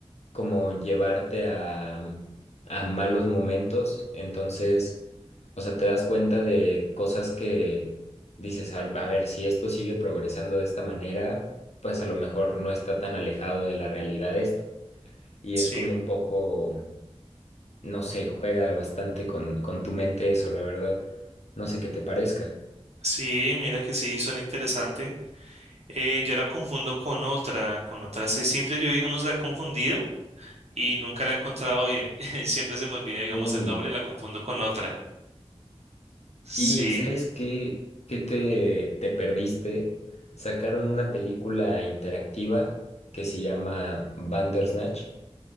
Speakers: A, on the left (about 70°); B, on the right (about 70°).
A: como llevarte a, a malos momentos. Entonces, o sea, te das cuenta de cosas que dices, "Al- a ver, si esto sigue progresando de esta manera, pues a lo mejor no está tan alejado de la realidad esto y
B: Sí,
A: es como un poco, no sé, juega bastante con, con tu mente eso, la verdad. No sé qué te parezca.
B: sí, mira que sí, suena interesante. Eh, yo la confundo con otra, con otra. Sí, siempre yo, digamos, la he confundido y nunca la he encontrado bien. <laughs> Siempre se me olvida, digamos,
A: Uy,
B: el nombre y la confundo con otra. Sí.
A: ¿y sabes qué, qué te, te perdiste? Sacaron una película interactiva que se llama Bandersnatch,